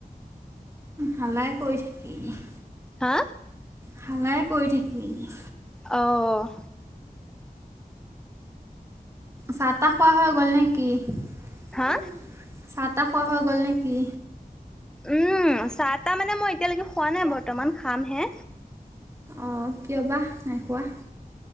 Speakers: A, on the right; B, in the centre.
A: হাল্লাই কৰি থাকে ই।
B: হা?
A: হাল্লাই কৰি থাকে ই।
B: অ'।
A: চাহ-তাহ খোৱা হৈ গ'ল নেকি? চাহ-তাহ
B: হা
A: খোৱা হৈ গ'ল নেকি?
B: উম, চাহ-তাহ মানে মই এতিয়ালৈকে খোৱা নাই বৰ্তমান, খাম হে।
A: অ' কিয় বা নাই খোৱা?